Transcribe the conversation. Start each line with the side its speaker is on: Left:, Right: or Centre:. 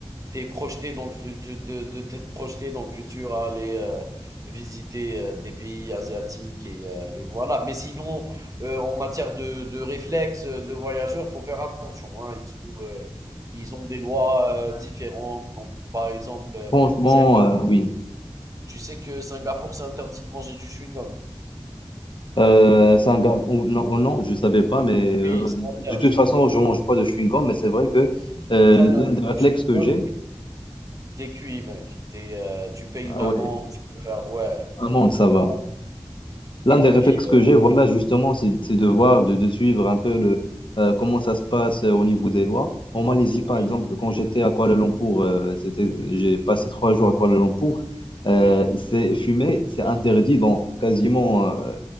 Right: aies, heu, projeté dans le fut de de de t'être projeté dans le futur à aller, heu, visiter, heu, des pays asiatiques et heu et voilà. Mais sinon, heu, en matière de de réflexes, heu, de voyageurs, faut faire attention, hein. Ils sont, heu, ils ont des lois, heu, différentes. Donc par exemple, heu,
Left: franchement,
Right: Singa
Left: euh, oui.
Right: tu sais que Singapour, c'est interdit de manger du chewing-gum?
Left: Euh, c'est un gars- ou- non, ou non, je savais pas, mais
Right: Oui,
Left: euh,
Right: c'est
Left: de
Right: interdit.
Left: toute façon, je mange pas de chewing-gum,
Right: S
Left: mais c'est vrai que
Right: s'ils te
Left: euh,
Right: prennent
Left: l'un
Right: avec du
Left: des réflexes
Right: chewing-gum,
Left: que j'ai,
Right: t'es cuit, mec. t'es es, tu payes
Left: ah
Right: une amende,
Left: ouais,
Right: tu peux faire ouais,
Left: amande, ça
Right: pour
Left: va.
Right: faire
Left: L'un
Right: et
Left: des
Right: puis,
Left: réflexes que
Right: heu,
Left: j'ai, voilà, justement, c'est c'est de voir, de, de suivre un peu le, euh, comment ça se passe euh, au niveau des lois. En Malaisie, par
Right: oui,
Left: exemple, quand j'étais à Kuala Lumpur, euh, c'était, j'ai passé trois jours à Kuala Lumpur, euh,
Right: oui,
Left: c'est fumer, c'est interdit dans quasiment, euh,